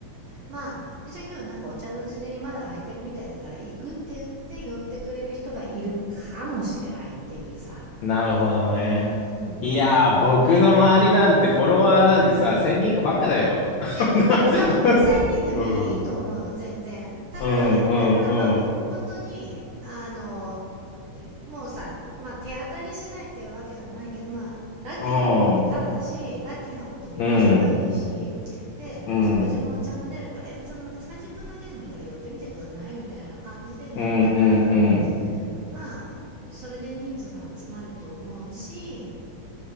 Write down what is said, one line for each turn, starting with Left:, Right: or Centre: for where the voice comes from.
Right: まあ、じゃあ今日なんかお茶のついでにまだ空いてるみたいだから行くって言って寄ってくれる人がいるかもしれないっていうさ。
Left: あ、なるほどね。
Right: うーん。
Left: いやー、僕の周りなんてフォロワーなんてさ、1000人以下ばっかだよ。<laughs>
Right: いや、でもさ、ほら、1000人でもいいいいと思うの、
Left: うん。うん、
Right: 全然。ただ、
Left: うん、
Right: だからまあ、
Left: うん。
Right: 本当に、あの、もうさ、まあ、手当たり次第っていうわけじゃないけど、まあ、ラッキーなことにタダだし、
Left: うん。
Right: ラッキーなことに場所がいいし、
Left: うん。
Right: で、
Left: うん、
Right: 食事もお茶も出るから、
Left: うん、
Right: いや、別になんか30分だけでもいいから寄ってみてくんないみたいな感じで言ったら、
Left: うん。うん
Right: まあ、それで人数は集まると思うし、